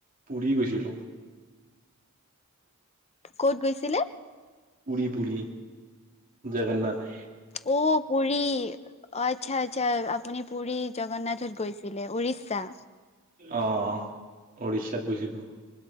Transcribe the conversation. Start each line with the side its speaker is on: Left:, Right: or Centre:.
Right: পুৰী গৈছিলোঁ।
Left: ক'ত গৈছিলে
Right: পুৰী পুৰী জগন্নাথ।
Left: অ', পুৰী আচ্ছা আচ্ছা আপুনি পুুৰী জগন্নাথত গৈছিলে উৰিষ্যা?
Right: অ' উৰিষ্যাত গৈছিলোঁ